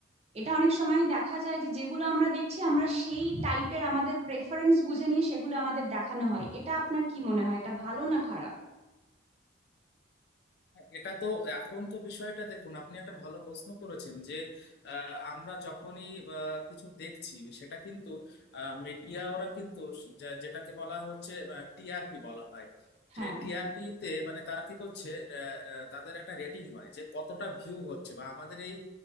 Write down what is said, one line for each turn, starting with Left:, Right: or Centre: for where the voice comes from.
Right: এটা অনেক সময় দেখা যায় যে যেগুলো আমরা দেখছি আমরা সেই টাইপের আমাদের প্রেফারেন্স বুঝে নিয়ে সেগুলো আমাদের দেখানো হয় এটা আপনার কি মনে হয় এটা ভালো না খারাপ
Left: হ্যাঁ, এটা তো এখন তো বিষয়টা দেখুন আপনি একটা ভালো প্রশ্ন করেছেন যে আহ, আমরা যখনই আহ, কিছু দেখছি সেটা কিন্তু মিডিয়া ওরা কিন্তু যা- যেটাকে বলা হচ্ছে টিআরপি বলা হয় সে
Right: হ্যাঁ
Left: টিআরপি তে মানে তারা কি করছে আহ, আহ, তাদের একটা রেটিং হয় যে কতটা ভিউ হচ্ছে বা আমাদের এই